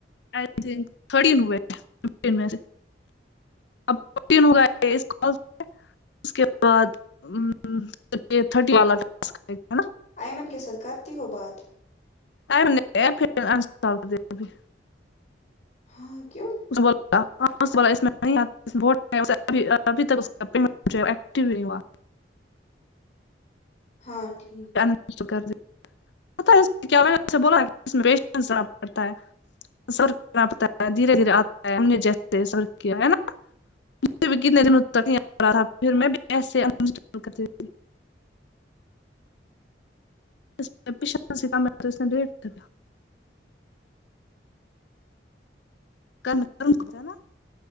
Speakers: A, on the left (about 75°); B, on the left (about 40°).
A: ائی تھنک تھر تین ہوئے فیو تین میں سے اب فور تین ہوگا اس کال سے اس کے بعد ا امم تھرٹین والا ٹاسک ہے نا
B: ایئمن کے ساتھ کرتی ہو بات
A: <unintelligible>
B: ہاں کیوں
A: <unintelligible> ٹاسک والا اس میں <unintelligible> ابھی تک اس کا پیمنٹ مجھے ایکٹو ہی نہیں ہوا
B: ہاں ٹھیک
A: پتہ ہے اس نے کیا بولا اس پیشنٹس رکھنا پڑتا ہے سر پتا دھیرے دھیرے آتا ہے ہم نے جیسے صبر کیا ہے نا مجھے بھی کتنے دن تک نہیں ا رہا تھا پھر میں <unintelligible> <unintelligible> کل معلوم کرو نا